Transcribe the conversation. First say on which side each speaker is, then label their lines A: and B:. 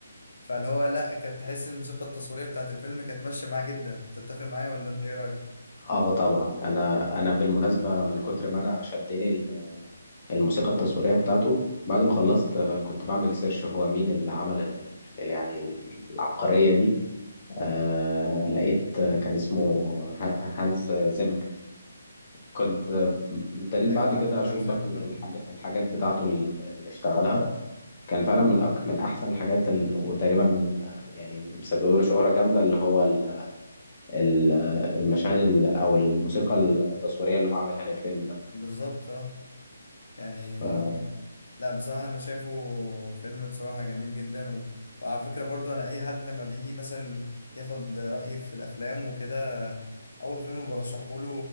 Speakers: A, on the left (about 85°); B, on the left (about 30°).
A: فاللي هو لا كانت تحس الموسيقى التصويريه بتاعت الفيلم كانت ماشيه معاه جدا تتفق معايا ولا انت ايه رايك
B: اه طبعا انا انا بالمناسبه من كتر ما انا شدني الموسيقى التصويرية بتاعته بعد ما خلصت آه، كنت بعمل سيرش هو مين اللي عمل ال... ال- يعني ال- العبقرية دي آه لقيت آه، كان اسمه ه- هانز زيمر كنت آه، ابتديت
A: ايوه
B: بعد
A: عارفه
B: كده أشوف
A: هانز زيمر
B: بقى
A: دوت
B: ال- الحاج... الحاجات بتاعته ال- اللي اشتغلها كان فعلا من أك... من أحسن الحاجات ال... وتقريبا آه، يعني مسبب له شهرة جامدة اللي هو ال... ال- المشاهد ال... أو الموسيقى التصويرية اللي هو عاملها للفيلم
A: بالظبط اه يعني
B: ده
A: لا بصراحة أنا شايفه فيلم بصراحة جميل جدا و... وعلى فكرة برضو أنا أي حد لما بيجي مثلا ياخد رأيي في الأفلام وكده أول فيلم برشحه له